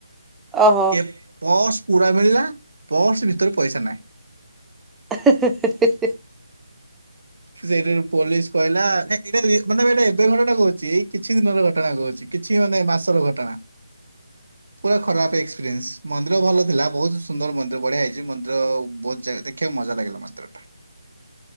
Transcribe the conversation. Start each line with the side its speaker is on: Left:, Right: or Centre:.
Centre: ଓହୋ
Right: ଏ ପର୍ସ ପୁରା ମିଳିଲା ପର୍ସ ଭିତରେ ପଇସା ନାହିଁ।
Centre: ଏ ହେ ହେ ହେ ହେ ହେ।
Right: ସେଇଠିରୁ ପୋଲିସ କହିଲା ନା ଏଇଟା ରି ମାନେ ଏଇଟା ଏବେ ଘଟଣା କହୁଛି କିଛି ଦିନର ଘଟଣା କହୁଛି। କିଛି ମାନେ ମାସର ଘଟଣା। ପୁରା ଖରାପ ଏକ୍ସପିରିଏନ୍ସ ମନ୍ଦିର ଭଲ ଥିଲା ବହୁତ ସୁନ୍ଦର ମନ୍ଦିର ବଢିଆ ହେଇଛି ମନ୍ଦିର ବହୁତ ଜାଗା ଦେଖିବାକୁ ମଜା ଲାଗିଲା। ମନ୍ଦିର ଟା।